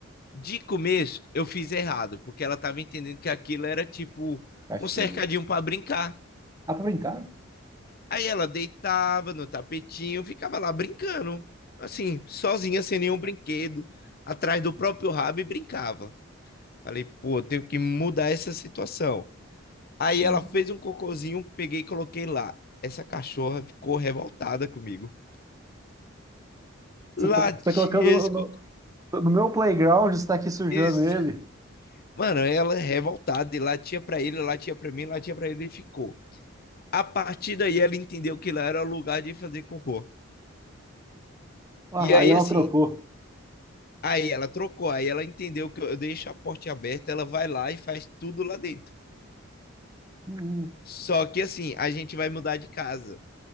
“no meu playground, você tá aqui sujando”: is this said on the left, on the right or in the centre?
Right